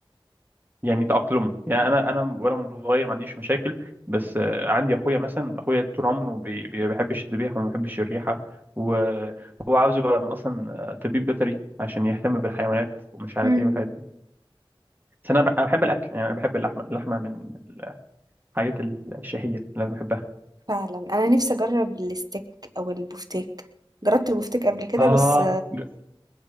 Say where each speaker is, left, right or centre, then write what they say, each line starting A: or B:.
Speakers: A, on the right; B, on the right.
A: يعني تأقلمه يعني انا انا وانا صغير ما عنديش مشاكل بس آه، عندي اخويا مثلا اخويا طول عمره بي- بي- بيحبش الذبيحه وما بيحبش الريحه وهو عاوز يبقى من اصلا آه، طبيب بيطري عشان يهتم بالحيوانات ومش عارف
B: مم.
A: ايه والحاجات دي بس انا ب- انا بحب الاكل يعني انا بحب اللحمه اللحمه من الحاجات الشهيه اللي انا بحبها
B: فعلا انا نفسي اجرب الستيك او البفتيك جربت البفتيك قبل كده
A: آه
B: بس
A: ج-